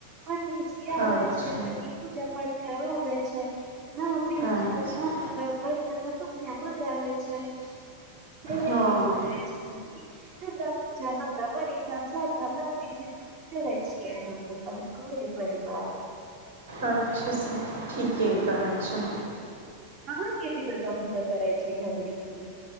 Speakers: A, on the right; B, on the right.
A: पंडी जी आबय
B: अच्छा
A: छै तनी पूजा करबै छै <unintelligible>
B: अच्छा
A: वरना तप्स्या भो जाबै छय <unintelligible>
B: हँ
A: सखी जे हम बरी श्रद्धा भक्ति से करै छियै हमरे पुरे परिवार <unintelligible>
B: अच्छा सखी ठीके कहै छय
A: अहाँ के भी दुर्गा पूजा करै छै घर मे की